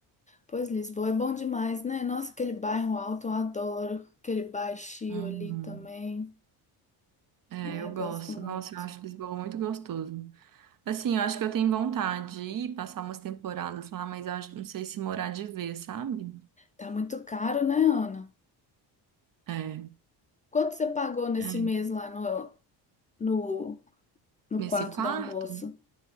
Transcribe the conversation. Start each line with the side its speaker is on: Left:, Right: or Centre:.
Left: Pois Lisboa é bom demais, né? Nossa, aquele bairro alto eu adoro. Aquele baixio
Right: Uhum.
Left: ali também.
Right: É,
Left: Ai,
Right: eu
Left: gosto
Right: gosto.
Left: muito.
Right: Nossa, eu acho Lisboa muito gostoso. Assim, eu acho que eu tenho vontade de ir passar umas temporadas lá, mas eu acho, não sei se morar de vez, sabe?
Left: Tá muito caro, né, Ana?
Right: É.
Left: Quanto você pagou nesse
Right: É.
Left: mês lá no, no, no
Right: Nesse
Left: quarto
Right: quarto?
Left: da moça?